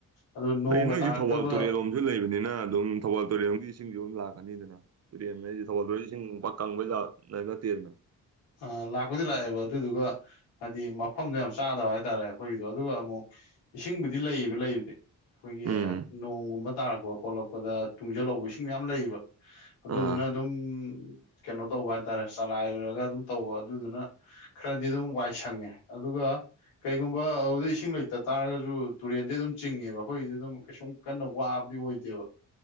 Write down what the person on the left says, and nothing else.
ꯑꯗꯨ ꯅꯣꯡꯒ
ꯇꯥꯔꯛꯇꯕ
ꯑ ꯂꯥꯛꯄꯨꯗꯤ ꯂꯥꯛꯑꯦꯕ ꯑꯗꯨꯗꯨꯒ ꯍꯥꯏꯗꯤ ꯃꯐꯝꯗꯣ ꯌꯥꯝ ꯆꯥꯗꯕ ꯍꯥꯏꯇꯥꯔꯦ ꯑꯩꯈꯣꯏꯒꯤꯗꯣ ꯑꯗꯨꯒ ꯑꯃꯨꯛ ꯏꯁꯤꯡꯕꯨꯗꯤ ꯂꯩꯌꯦꯕ ꯂꯩꯕꯗꯤ ꯑꯩꯈꯣꯏꯒꯤ
ꯅꯣꯡꯒꯨꯝꯕ ꯇꯥꯔꯛꯄ ꯈꯣꯠꯂꯛꯄꯗ ꯇꯨꯡꯖꯜꯍꯧꯕ ꯏꯁꯤꯡ ꯌꯥꯝ ꯂꯩꯌꯦꯕ ꯑꯗꯨꯗꯨꯅ
ꯑꯗꯨꯝ ꯀꯩꯅꯣ ꯇꯧꯕ ꯍꯥꯏꯇꯥꯔꯦ ꯆꯂꯥꯏꯔꯒ ꯑꯗꯨꯝ ꯇꯧꯕ ꯑꯗꯨꯗꯨꯅ ꯈꯔꯗꯤ ꯑꯗꯨꯝ ꯋꯥꯏ ꯁꯪꯉꯦ ꯑꯗꯨꯒ ꯀꯩꯒꯨꯝꯕ ꯑꯗꯨꯗꯩ ꯏꯁꯤꯡ ꯂꯩꯇ ꯇꯥꯔꯒꯖꯨ ꯇꯨꯔꯦꯟꯗꯩ ꯑꯗꯨꯝ ꯆꯤꯡꯉꯦꯕ ꯑꯈꯣꯏꯒꯤꯗꯤ ꯑꯗꯨꯝ ꯀꯩꯁꯨꯝ ꯀꯟꯅ ꯋꯥꯕ ꯗꯤꯑꯣꯏꯗꯦꯕ